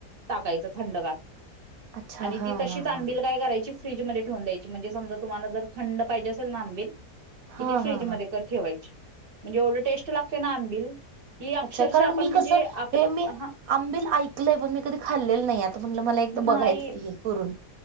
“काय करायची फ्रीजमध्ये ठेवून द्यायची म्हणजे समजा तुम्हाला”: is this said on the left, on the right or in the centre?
Right